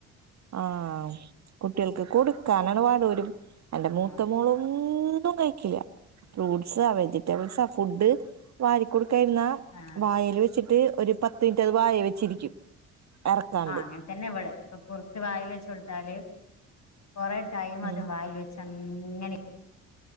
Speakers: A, on the right; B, on the left.
A: ആ കുട്ടികൾക്ക് കൊടുക്കാനാണ് പാട്. ഒരു എന്റെ മൂത്ത
B: ആഹ്
A: മോളും ഒന്നും കഴി കില്ല ഫ്രൂട്ട്സോ വെജിറ്റബിൾസോ ഫുഡ് വാരിക്കൊട് ക്കഴ്ന്ന
B: ആഹ്
A: വായേല് വെച്ച് ട്ട് ഒരു പത്ത് മിനിറ്റ് അത് വായേ വെച്ചിരിക്കും എറക്കാണ്ട്
B: ആ അങ്ങൻതന്നെവള് <unintelligible> വായില് വെച്ച് കൊടുത്താല് കൊറേ ടൈം അത്
A: ഉം
B: വായില് വെച്ച അങ്ങനെ